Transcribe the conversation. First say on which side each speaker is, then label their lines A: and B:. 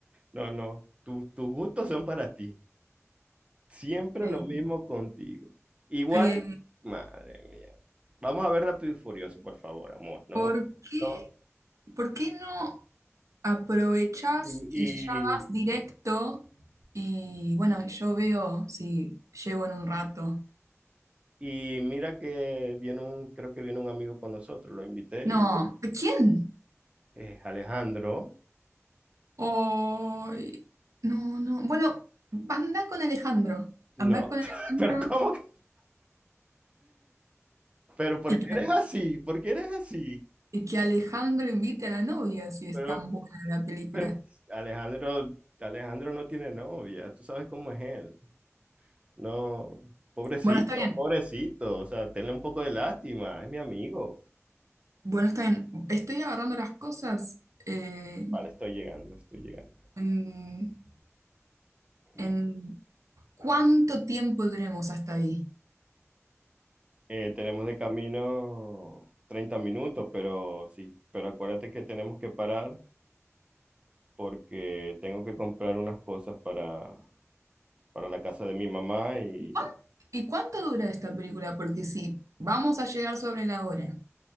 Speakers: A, on the right (about 25°); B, on the right (about 85°).
A: no, no. Tus, tus gustos son para ti. Siempre
B: Eh,
A: lo mismo contigo. Igual,
B: eh,
A: madre mía. Vamos a ver Rápido y Furioso, por favor, amor. No,
B: ¿por qué,
A: no.
B: por qué no aprovechás
A: Y,
B: y
A: y-
B: ya vas directo? Y bueno, yo veo si llego en un rato.
A: y mira que viene un, creo que viene un amigo con nosotros, lo invité,
B: No,
A: y-
B: ¿quién?
A: eh, Alejandro.
B: Ay, no, no. Bueno, anda con Alejandro.
A: No,
B: Anda con Alejandro
A: <laughs> pero ¿cómo que? Pero ¿por
B: y
A: qué
B: que,
A: eres así? ¿Por qué eres así?
B: y que Alejandro invite a la novia si es
A: Pero,
B: tan buena la película.
A: pero Alejandro, Alejandro no tiene novia, tú sabes cómo es él. No, pobrecito,
B: Bueno, está bien.
A: pobrecito. O sea, tenle un poco de lástima. Es mi amigo.
B: Bueno, está bien. Estoy agarrando las cosas. eh,
A: Vale, estoy llegando, estoy llegando.
B: en, en
A: Va.
B: cuánto tiempo tenemos hasta ahí?
A: Eh, tenemos de camino 30 minutos, pero sí, pero acuérdate que tenemos que parar porque tengo que comprar unas cosas para, para la casa de mi mamá y
B: ¿Y cuán- y cuánto dura esta película? Porque si vamos a llegar sobre la hora,